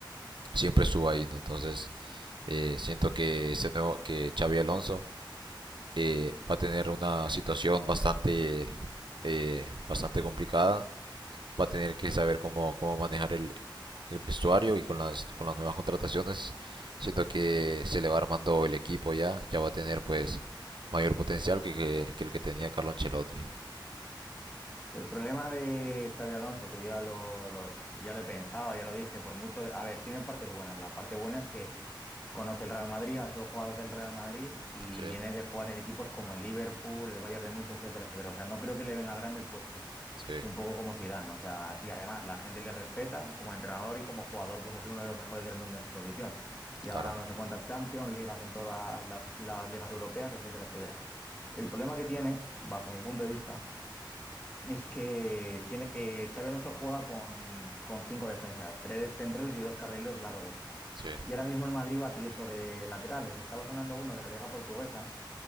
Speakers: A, on the right; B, on the left.
A: siempre estuvo ahí, ¿no? Entonces, eh, siento que ese nuevo, que Xavi Alonso eh, va a tener una situación bastante, eh, bastante complicada, va a tener que saber cómo, cómo manejar el, el vestuario y con las, con las nuevas contrataciones, siento que se le va armando el equipo ya, ya va a tener pues mayor potencial que, que, que el que tenía Carlo Ancelotti.
B: El problema de Xavi Alonso, que yo ya lo, lo- ya lo he pensado, ya lo dije, por mucho... A ver, tiene partes buenas. La parte buena es que conoce el Real Madrid, ha sido jugador del Real Madrid y
A: Sí,
B: viene de jugar en equipos como el Liverpool, el Bayern de Múnich, etcétera, etcétera. O sea, no creo que le venga grande el puesto.
A: sí,
B: Es un poco como Zidane, o sea, y además la gente le respeta como entrenador y como jugador, pues ha sido uno de los mejores del mundo en su posición. Y ha
A: claro,
B: ganado no sé cuántas Champions, ligas en todas las las ligas europeas, etcétera, etcétera. El problema que tiene, bajo mi punto de vista, es que tiene, eh, Xabi Alonso juega con, con cinco defensas, tres centrales y dos carrileros largos.
A: sí,
B: Y ahora mismo el Madrid va tieso de laterales. Estaba sonando uno de la Liga Portuguesa.